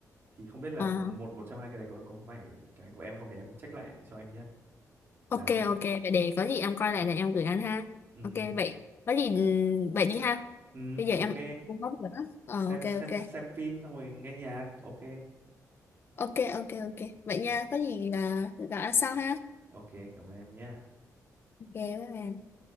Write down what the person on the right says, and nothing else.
thì không biết là
có một một trong hai cái đấy có có, có phải cái của em không thì em check lại cho anh nhé
đấy
ừ
ừ
ok
xem
xem
xem phim xong rồi nghe nhạc ok
Ừ,
ok cảm ơn em nhé